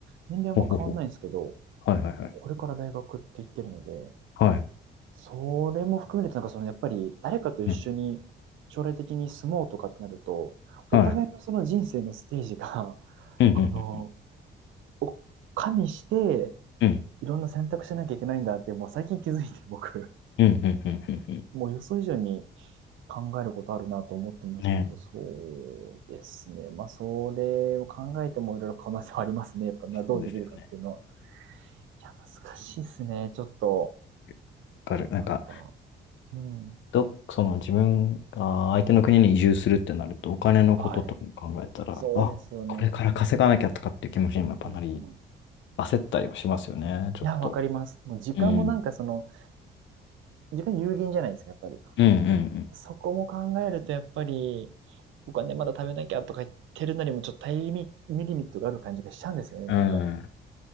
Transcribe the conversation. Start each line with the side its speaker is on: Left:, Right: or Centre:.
Right: 年齢はあんま変わんないんですけど、
Left: ほほほ。はいはいはい。
Right: これから大学って言ってるので、
Left: はい。
Right: それも含めると、なんかその、やっぱり誰かと一緒に将来的に住もうとかってなると、
Left: うんはい。
Right: お互いのその人生のステージが、<laughs>
Left: うん。
Right: この、
Left: うん。
Right: お加味して、
Left: うん。
Right: いろんな選択しなきゃいけないんだって、もう最近気づいて、僕、
Left: うん。うん。うん。うんうん
Right: もう予想以上に考えることあるなと思ってますけど、
Left: ね。
Right: そうですね。まあ、それを考えてもいろいろ可能性はありますね。やっぱな、どうできるかっていうのは。
Left: そうですよね。
Right: いや、難しいですね。ちょっと、
Left: わかる。
Right: なんか、
Left: なんか、
Right: うん。
Left: ど、その自分が相手の国に移住するってなると、お金のこととかも考えたら、
Right: はい。そうですよね。
Left: あ、これから稼がなきゃとかっていう気持ちにもやっぱなり、
Right: うん、うん。い
Left: 焦ったりはしますよね、ちょっと。
Right: や、わかります。もう時間もなんかその、
Left: うん。
Right: 時間有限じゃないですか、やっぱり。
Left: うんうん
Right: そこも考えると、やっぱり、お金まだ食べなきゃとか言ってるなりも、ちょっとタイミミリミットがある感じがしちゃうんですよね、
Left: うん。
Right: なんか。
Left: うん。